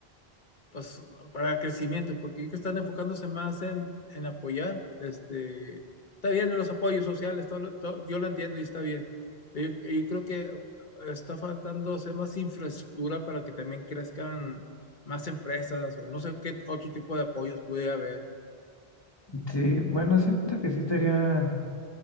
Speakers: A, on the left (about 50°); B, on the left (about 25°).
A: pues, para crecimiento, porque yo que están enfocándose más en, en apoyar, este, está bien en los apoyos sociales, todo, lo- todo- yo lo entiendo y está bien, pero yo, yo creo que eh, está faltando hacer más infraestructura para que también crezcan más empresas o no sé qué otro tipo de apoyos pudiera haber,
B: Sí, bueno, siento que sí estaría